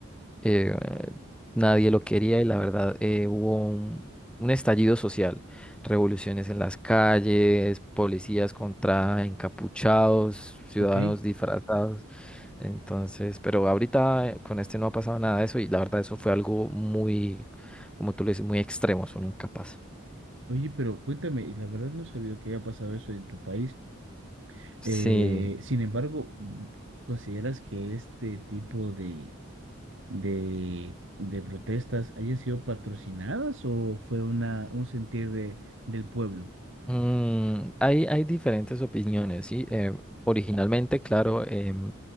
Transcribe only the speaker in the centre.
eh, nadie lo quería y la verdad eh, hubo un, un estallido social, revoluciones en las calles, policías contra encapuchados, ciudadanos
disfrazados. Entonces, pero ahorita eh, con este no ha pasado nada de eso y la verdad eso fue algo muy, como tú le dices, muy extremo, eso nunca pasa.
Sí,
Mm, hay, hay diferentes opiniones, ¿sí? Eh, originalmente, claro, em,